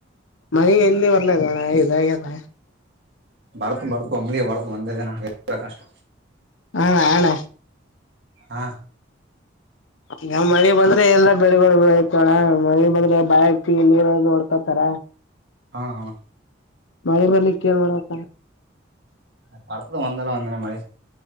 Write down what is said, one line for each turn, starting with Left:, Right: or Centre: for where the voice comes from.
Left: ಮನೆಗೆ ಎಲ್ಲಿ ಬರ್ಲದೋಣ ಇದಾಗಲ್ಲ
Right: ಬರ್ತ್ ಬರ್ತು ಅಂಬ್ಲಿ ಬರ್ತು ಒಂದೇ ದಿನ ಹಾಗೆ ಕಷ್ಟ
Left: ಹಣ ಆಳ
Right: ಹಾ
Left: ಈ ಮಳಿ ಬಂದ್ರೆ ಎಲ್ಲ ಬೆಳಗ ಬಣ ಮಳಿ ಬಂದ್ರೆ ಬಿ ನೀರ ಹೊಡ್ಕೊತಾರ
Right: ಹಾ ಹಾ
Left: ಮಳೆ ಬರ್ಲಿಕ್ಕೆ ಏನ್ ಮಾಡ್ಬೇಕ
Right: ಬರ್ತದ ಒಂದಲ್ಲ ಒಂದಿನ ಮಳಿ